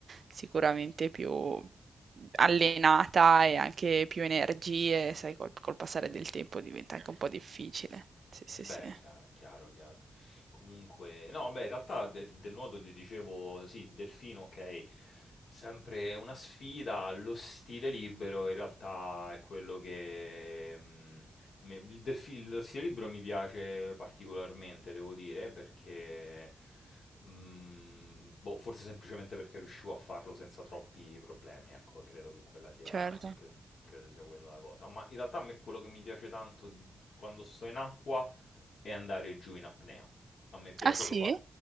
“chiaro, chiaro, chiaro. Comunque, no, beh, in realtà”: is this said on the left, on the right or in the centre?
Left